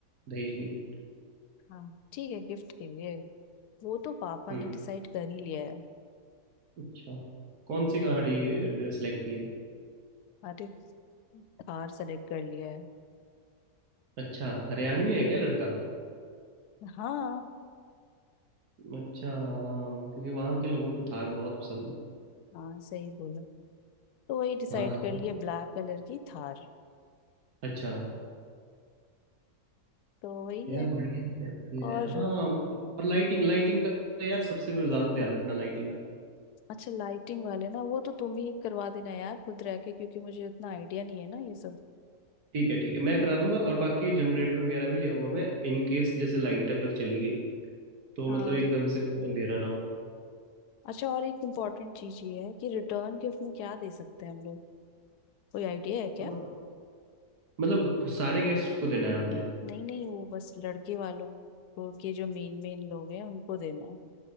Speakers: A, on the right; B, on the left.
A: दहेज नहीं गिफ्ट
B: हाँ ठीक है गिफ्ट के लिए वो तो पापा
A: हम्म
B: ने डिसाइड कर ही लिया है
A: अच्छा कौन सी गाड़ी सिलेक्ट की है
B: अरे कार सेलेक्ट कर लिया है
A: अच्छा हरियाणवी है क्या लड़का
B: हाँ
A: अच्छा हाँ, क्योंकि वहाँ के लोगों को थार बहुत पसंद है
B: हाँ सही बोला तो वही डिसाइड
A: हाँ
B: कर लिए ब्लैक कलर की थार
A: अच्छा
B: तो वही
A: यार
B: है
A: बढ़िया है बढ़िया
B: और
A: है हाँ मतलब- और लाइटिंग लाइटिंग का यार सबसे ज़्यादा ध्यान रखना लाइटिंग का
B: अच्छा लाइटिंग वाले ना वो तो तुम ही करवा देना यार खुद रह के क्योंकि मुझे उतना आइडिया नहीं है ना ये सब
A: ठीक है ठीक है मैं करा दूंगा और बाकी जनरेटर वगैरह भी ले आऊंगा मैं इन केस जैसे लाइट अगर चली गई तो
B: हाँ
A: मतलब एकदम से वो अंधेरा ना हो
B: अच्छा और एक इम्पोर्टेंट चीज ये है कि रिटर्न गिफ्ट में क्या दे सकते हैं हम लोग कोई आइडिया है क्या
A: हाँ, मतलब सारे गेस्ट को देना है आपने
B: नहीं नहीं वो बस लड़के वालों को के जो मेन मेन लोग हैं उनको देना है